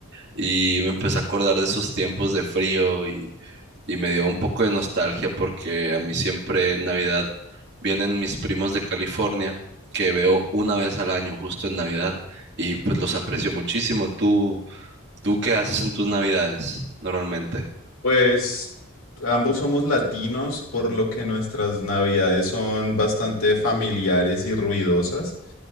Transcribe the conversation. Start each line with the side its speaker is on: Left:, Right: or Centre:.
Right: y me empecé a acordar de esos tiempos de frío y, y me dio un poco de nostalgia porque a mí siempre en Navidad vienen mis primos de California que veo una vez al año justo en Navidad y pues los aprecio muchísimo. ¿Tú? ¿Tú qué haces en tus navidades normalmente?
Left: Pues ambos somos latinos, por lo que nuestras navidades son bastante familiares y ruidosas.